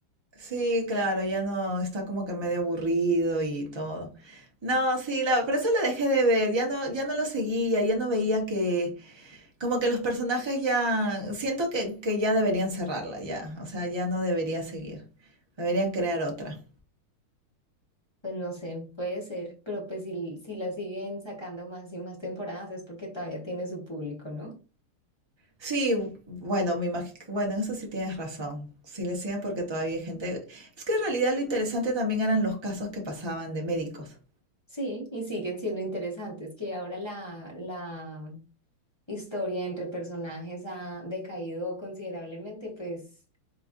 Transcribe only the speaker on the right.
Sí, claro, ya no está como que medio aburrido y todo. No, sí, la, por eso la dejé de ver, ya no, ya no lo seguía, ya no veía que, como que los personajes ya, siento que, que ya deberían cerrarla, ya, o sea, ya no debería seguir, deberían crear otra.
Sí, bueno, me imagino, bueno, en eso sí tienes razón, sí le siguen porque todavía hay gente, es que en realidad lo interesante también eran los casos que pasaban de médicos,